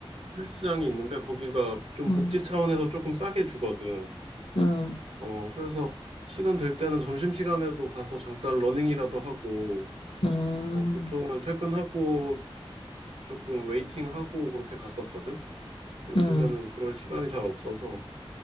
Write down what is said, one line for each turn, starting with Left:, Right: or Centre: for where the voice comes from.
Right: 헬스장이 있는데 거기가 좀
Left: 음.
Right: 복지 차원에서 조금 싸게 주거든.
Left: 음,
Right: 어, 그래서 시간 될 때는 점심시간에도 가서 잠깐 러닝이라도 하고
Left: 음,
Right: 어, 보통은 퇴근하고 조금 웨이팅하고 그렇게 갔었거든. 근데 요즘에는
Left: 음,
Right: 그럴 시간이 잘 없어서